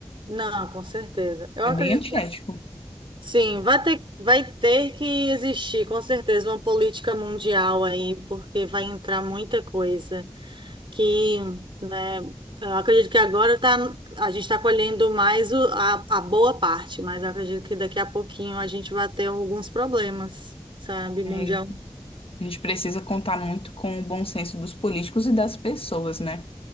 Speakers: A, on the right; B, on the left.
A: Não, com certeza. Eu
B: É
A: acredito
B: bem antiético.
A: que sim, vai ter, vai ter que existir, com certeza, uma política mundial aí, porque vai entrar muita coisa. que, né, eu acredito que agora tá, a gente está colhendo mais o- a, a boa parte, mas eu acredito que daqui a pouquinho a gente vai ter alguns problemas, sabe, mundial.
B: É A gente precisa contar muito com o bom senso dos políticos e das pessoas, né?